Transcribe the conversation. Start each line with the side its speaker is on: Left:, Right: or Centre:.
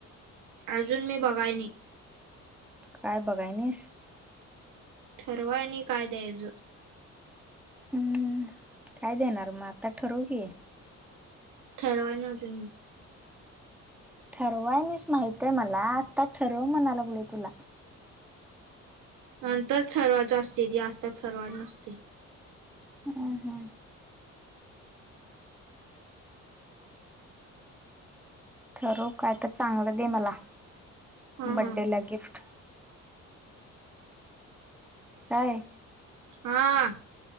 Right: अजून मी बघायनी.
Centre: काय बघायनीस.
Right: ठरवाय आणि काय द्यायचं.
Centre: हम्म, काय देणार मग, आता ठरव की.
Right: ठेरवाळ नजून.
Centre: ठरवाय नाहीस माहितय मला,, आता ठरव म्हणाय लागलोय तुला.
Right: नंतर ठरवायचं असते ते,, आता ठरवायच नसतय.
Centre: हम्म हम्म. ठरव,, काय तर चांगलं दे मला,,
Right: हा
Centre: बड्डे
Right: हा
Centre: ला गिफ्ट. काय?
Right: हा,